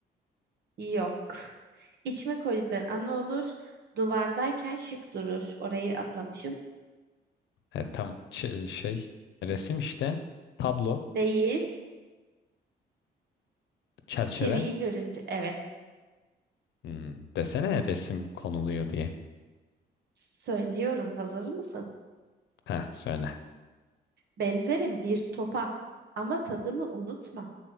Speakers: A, on the right; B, on the left.
A: Yok. İçme koydukların ana olur. Duvardayken şık durur. Orayı atlamışım.
B: E, tam ç- şey. Resim işte. Tablo.
A: Değil.
B: Çerçeve.
A: Çiviyi görünce evet.
B: Hmm, desene resim konuluyor diye.
A: Söylüyorum. Hazır mısın?
B: Ha söyle.
A: Benzerim bir topa. Ama tadımı unutma.